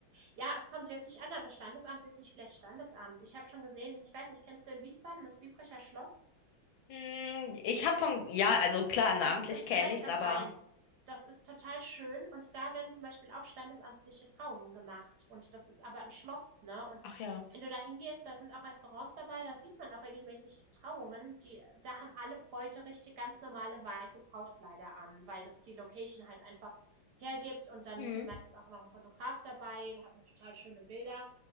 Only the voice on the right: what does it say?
Ja, es kommt wirklich an. Also, Standesamt ist nicht gleich Standesamt. Ich habe schon gesehen ich weiß nicht, kennst du in Wiesbaden das Biebricher Schloss?
am, das
direkt
am
Rhein. Das ist total schön und da werden zum Beispiel auch standesamtliche Trauungen gemacht und das ist aber ein Schloss, ne? Und
wenn du da hingehst, da sind auch Restaurants dabei, da sieht man auch regelmäßig die Trauungen, die, da haben alle Bräute richtig ganz normale weiße Brautkleider an, weil das die Location halt einfach hergibt und dann
sind meistens auch noch ein Fotograf dabei, da hat man total schöne Bilder